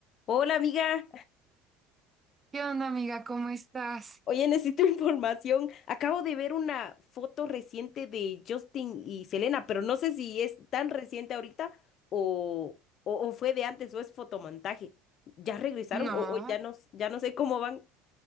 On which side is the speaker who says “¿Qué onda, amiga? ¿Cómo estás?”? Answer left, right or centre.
Right